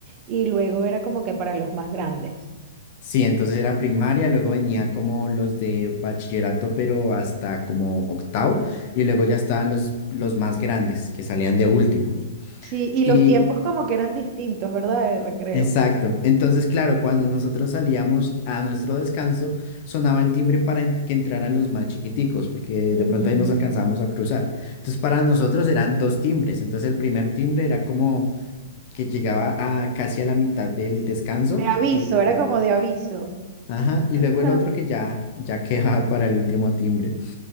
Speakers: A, on the right; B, on the left.
A: y luego era como que para los más grandes.
B: Sí, entonces era primaria, luego venía como los de bachillerato, pero hasta como octavo, y luego ya estaban los, los más grandes, que salían de último.
A: Sí, y
B: Y
A: los tiempos como que eran distintos, ¿verdad? De recreo.
B: exacto. Entonces, claro, cuando nosotros salíamos a nuestro descanso, sonaba el timbre para en- que entraran los más chiquiticos, porque
A: Ujú.
B: de pronto ahí nos alcanzábamos a cruzar. Entonces, para nosotros eran dos timbres. Entonces, el primer timbre era como que llegaba a casi a la mitad del descanso.
A: De aviso,
B: Y luego,
A: era como de aviso.
B: ajá, y
A: <laughs>
B: luego el otro que ya, ya <laughs> quedaba para el último timbre.